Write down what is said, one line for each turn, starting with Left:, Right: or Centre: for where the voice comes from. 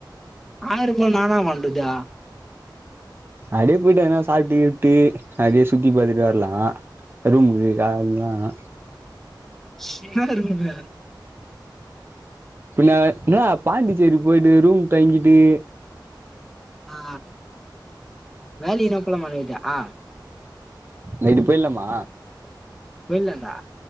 Centre: ஆயிர்பா நா இன்னா பண்றது
Right: அடியே போய்ட்டு எங்னா சாப்ட்டு கிப்ட்டு அடியே சுத்தி பாத்ட்டு வர்லா ரூமுக்கு <unintelligible>
Centre: சின்னதா ரூம் வேற
Right: பின்ன என்னடா பாண்டிச்சேரி போய்ட்டு ரூம் தங்கிட்டு
Centre: ஆ வேலைக்குனா போலமா நைட்டு ஆ
Right: நைட்டு போய்லாமா
Centre: போய்லான்டா